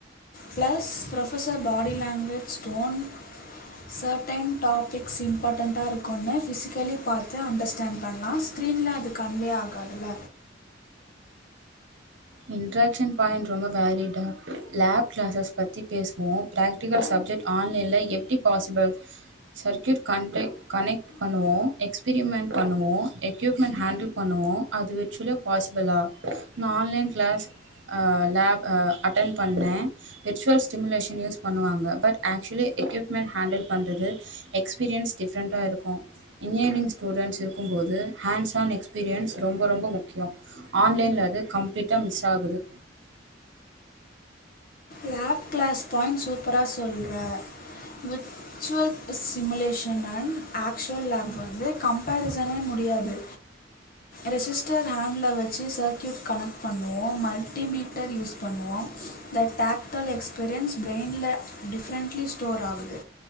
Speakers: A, on the left; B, on the right.
A: plus professor body language stone certain topics இம்பார்ட்டன்டாக இருக்கும்ன்னு ஃபிஸிக்கலி பாத்து அண்டர்ஸ்டாண்ட் பண்லா ஸ்க்ரீன்ல அது கன்வே ஆகாதுல
B: இன்ட்ராக்ஷன் பாயிண்ட் ரொம்ப வேலிடா லேப் கிளாஸஸ் பத்தி பேசுவோ ப்ராக்டிகல் சப்ஜெக்ட் ஆன்லைனில் எப்டி பாசிபிள் சர்க்யூட் கன்டே கனெக்ட் பண்ணுவோ எக்ஸ்பெரிமெண்ட் பண்ணுவோ எக்யூப்மெண்ட் ஹேண்டில் பண்ணுவோ அது விர்ச்சுலே பாசிபிளா நா ஆன்ல கிளாஸ் அ லேப் அ அட்டன் பண்ண விர்ச்சுவல் ஸ்டிமுலேஷன் யூஸ் பண்ணுவாங்க பட் ஆக்சுவலி எக்யூப்மெண்ட் ஹேண்டில் பண்ணுறது எக்ஸ்பீரியன்ஸ் டிஃப்ரெண்ட்டா இருக்கு இன்ஜினியரிங் ஸ்டூடெண்ட்ஸ் இருக்கும்போது ஹேண்ட்ஸ் ஆன் எக்ஸ்பீரியன்ஸ் ரொம்ப ரொம்ப முக்கியோ ஆன்லைன்ல அது கம்ப்யூ ட்டமிஸ் ஆகுது
A: லேப் கிளாஸ் பாயிண்ட் சூப்பரா சொல்கிற virtual simulation and actual lab வந்து கம்பரிசனே முடியாது ரெஜிஸ்டர் ஹேண்டில வச்சு சர்க்கயூட் கனெக்ட் பண்ணுவோ மல்டிமீட்டர் யூஸ் பண்ணுவோ தட் டேக்டல் எக்ஸ்பீரியன்ஸ் பிரைன்ல டிஃப்ரெண்டட்லி ஸ்டோர் ஆகுது